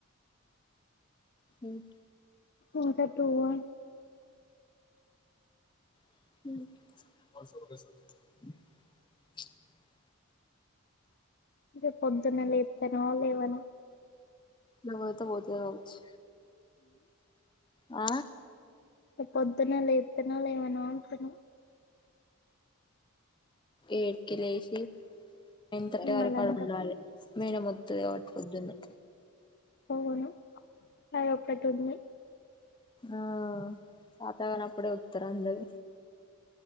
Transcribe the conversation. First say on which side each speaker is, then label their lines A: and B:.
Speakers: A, on the left; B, on the left.
A: ఇన్
B: ఇంకా టూ ఆ
A: ఉమ్
B: రేప్పొద్దున్న లేతనో లేవనో
A: నావిత బోతాది గావొచ్చు హ
B: రేపొద్దున లేతనో లేవనో అంటున్న
A: ఎయిట్ కీ లేసి నైన్ తట్టే
B: నిమ్మలంగా
A: వరకు అడ ఉండాలి మాడెం ఓట్టడి కాబట్టి పొద్దుంది
B: వును అ ఒక్కటి ఉంది
A: ఆ సాతాగారం అప్పుడే ఉత్తరంద్దరు